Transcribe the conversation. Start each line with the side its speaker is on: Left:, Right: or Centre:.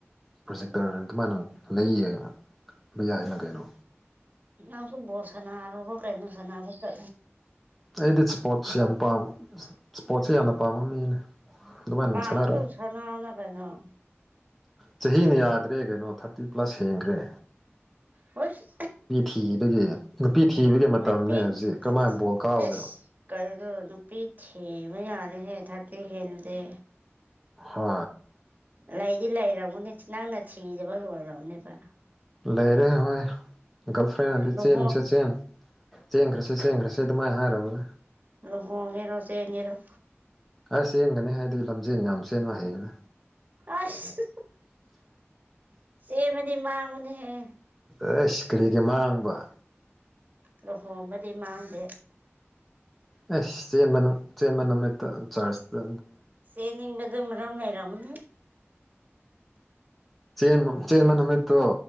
Centre: ꯄ꯭ꯔꯣꯖꯦꯛꯇꯔ ꯑꯗꯨꯃꯥꯏꯅ ꯂꯩ ꯌꯦꯡꯕ ꯌꯥꯏ ꯍꯥꯏꯅ ꯀꯩꯅꯣ
Right: ꯑꯁꯨꯕꯣꯔ ꯁꯅꯥ ꯀꯥꯏ ꯁꯅ ꯆ
Centre: ꯑꯩꯗꯤ ꯏꯁꯄꯣꯔꯠꯁ ꯌꯥꯝ ꯄꯥꯝ ꯏꯁꯄꯣꯔꯠꯁꯦ ꯌꯥꯝꯅ ꯄꯥꯝꯕ ꯃꯤꯅꯦ ꯑꯗꯨꯃꯥꯏꯅ
Right: ꯄꯅꯁꯨ
Centre: ꯁꯥꯟꯅꯔꯛꯑꯣ
Right: ꯎꯁꯅꯅ ꯀꯥꯏꯩꯅꯣ
Centre: ꯆꯍꯤꯅ ꯌꯥꯗ꯭ꯔꯦ ꯀꯩꯅꯣ ꯊꯥꯔꯇꯤ ꯄ꯭ꯂꯁ ꯍꯦꯡꯈ꯭ꯔꯦ
Right: ꯍꯨꯏꯁ
Centre: ꯊꯤꯕꯒꯤ ꯅꯨꯄꯤ ꯊꯤꯕꯒꯤ ꯃꯇꯝꯅꯦ
Right: ꯍ ꯅꯨꯄꯤꯤꯁ
Centre: ꯍꯧꯖꯤꯛ ꯀꯔꯝꯍꯥꯏꯅ ꯕꯣꯜ ꯀꯥꯎꯒꯦꯔꯣ
Right: ꯀꯔꯤꯣ ꯅꯨꯄꯤ ꯊꯦꯝꯕ ꯌꯥꯗꯦ ꯍꯦ ꯊꯥꯇ ꯍꯦꯜꯂꯗꯦ
Centre: ꯍ
Right: ꯂꯩꯗꯤ ꯂꯩꯔꯝꯅꯦ ꯅꯪꯅ ꯊꯤꯡꯉꯤꯗꯕ ꯂꯣꯏꯔꯝꯅꯦꯕ
Centre: ꯂꯩꯔꯦ ꯍꯣꯏ ꯒꯥꯔꯜ ꯐ꯭ꯔꯦꯟ ꯑꯗꯨꯗꯤ
Right: ꯂꯨꯍꯣꯡ
Centre: ꯆꯦꯟꯁꯦ ꯆꯦꯟ ꯆꯦꯡꯈ꯭ꯔꯁꯤ ꯆꯦꯡꯈ꯭ꯔꯁꯤ ꯑꯗꯨꯃꯥꯏꯅ ꯍꯥꯏꯔꯕꯅꯦ
Right: ꯂ ꯍꯣꯡꯒꯦꯔꯣꯁꯦꯡꯒꯦꯔꯣ
Centre: ꯑꯁ ꯆꯦꯟꯒꯅꯤ ꯍꯥꯏꯗꯤ ꯂꯝꯖꯦꯟ ꯌꯥꯝ ꯆꯦꯟꯕ ꯍꯩꯕꯅꯦ
Right: ꯑꯁ ꯆꯦꯟꯕꯗꯤ ꯃꯥꯡꯕꯅꯦꯍꯦ
Centre: ꯑꯦ ꯁꯤꯀ꯭ꯔꯤꯒꯤ ꯃꯥꯡꯕ
Right: ꯂꯍꯣꯕꯗꯤ ꯃꯥꯡꯗꯦ
Centre: ꯑꯦꯁ ꯆꯦꯟꯕꯅ ꯆꯦꯟꯕ ꯅꯃꯤꯠꯇ ꯆꯥꯔꯖ
Right: ꯁꯤ ꯅꯤꯡꯕ ꯑꯗꯨꯔꯝꯥꯏꯔꯅꯦ
Centre: ꯦꯟ ꯆꯦꯟꯕ ꯅꯨꯃꯤꯠꯇꯣ